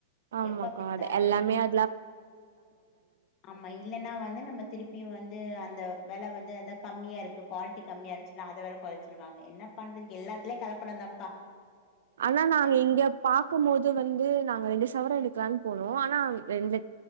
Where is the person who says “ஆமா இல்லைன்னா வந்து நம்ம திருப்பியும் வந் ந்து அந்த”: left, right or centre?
Left